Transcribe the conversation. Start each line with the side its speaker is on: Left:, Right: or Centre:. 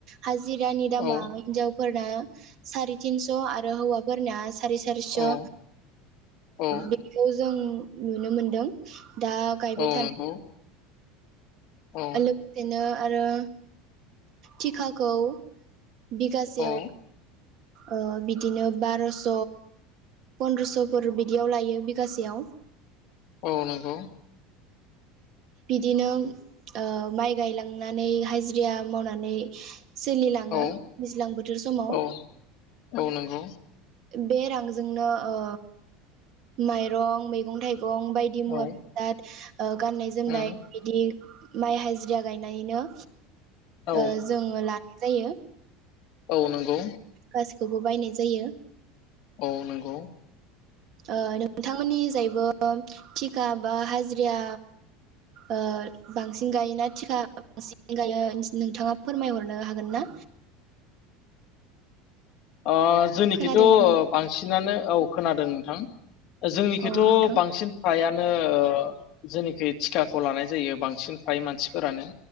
Right: हाजि जिरानि दामा
Left: औ
Right: हिनजाव फोरना सारिटिनस आरो हौवा फोरना सारिस' सारिस'
Left: औ
Right: ओ
Left: औ
Right: बेखौ जों नुनो मोनदों। <inaudible> दा गायबाय
Left: औ
Right: थानायानो
Left: नंगौ औ
Right: आ लोगसेनो आरो टिकाखौ बिगासेयाव
Left: औ
Right: ओ बिदिनो बार'स' पन्द्रस'फोर बिदियाव लायो बिगासेयाव
Left: औ नंगौ
Right: बिदिनो ओ माइ गायलांनानै हाजिरा मावनानै सोलिलाङो
Left: औ
Right: दैज्लां बोथोर समाव
Left: औ औ नंगौ
Right: बे रांजोंनो ओ माइरं मैगं थाइगं गं बायदि मुवा
Left: औ
Right: <unintelligible> ओ गाननाय जोमनाय
Left: उम
Right: बिदि माइ हाजिरा गायनायनो
Left: औ
Right: ओ जोङो ला जायो
Left: औ नंगौ
Right: गासैखौबो बायनाय जायो
Left: औ नंगौ
Right: ओ नोंथांमोननि जायैबो थिका बा हाजिराया ओ बांसिन गायोना थिका बांसिन गायो नोंथाङा फोरमायहरनो हागोन ना?
Left: ओ जोंनिखिथ
Right: खोनादोंना
Left: बांसिनानो औ खोनादों नोंथां ओ जोंनिखिथ
Right: औ नोंथां
Left: बांसिन फ्रायानो ओ जेनेखि तिकाखौ लानाय जायो बांसिन फाय मानसिफोरानो